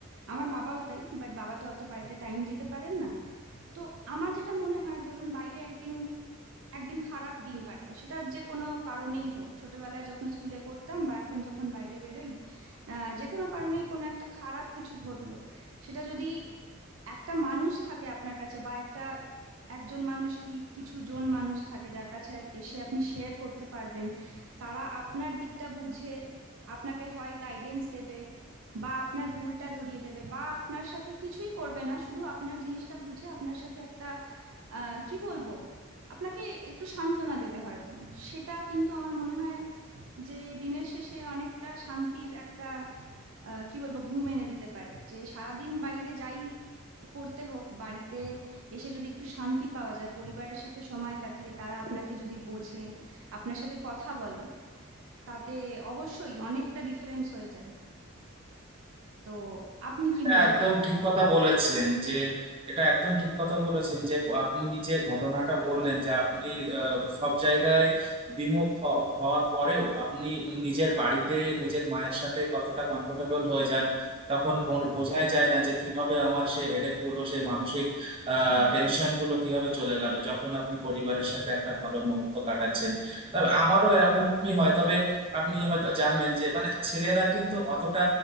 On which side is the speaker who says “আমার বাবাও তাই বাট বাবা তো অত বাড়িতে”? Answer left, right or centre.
Right